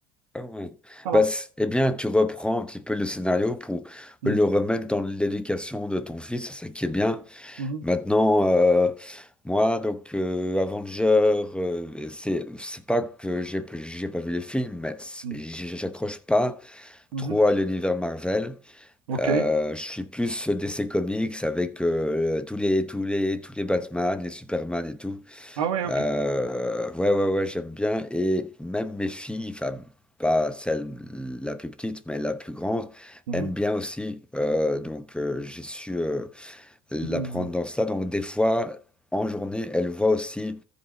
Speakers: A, in the centre; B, on the right.
A: Ah ouais.
B: Voilà.
A: Bah, c'est- eh bien, tu reprends un petit peu le scénario pour
B: Mm,
A: le remettre dans l'éducation de ton fils, c'est ça qui est bien.
B: mhm,
A: Maintenant, euh, moi, donc euh, Avenger, euh, c'est c'est pas que j'ai j'ai pas vu les films, mais c'est-
B: mm,
A: j'- j'accroche pas
B: mhm.
A: trop à l'univers Marvel.
B: OK.
A: Euh, je suis plus DC Comics avec euh, tous les tous les tous les Batman, les Superman et tout.
B: Ah ouais, OK.
A: Euh, ouais ouais ouais, j'aime bien et même mes filles, enfin pas celle la plus petite, mais la plus grande,
B: Mhm,
A: aime bien aussi. Euh, donc euh, j'ai su. euh, la
B: mhm.
A: prendre dans ça. Donc des fois, en journée, elle voit aussi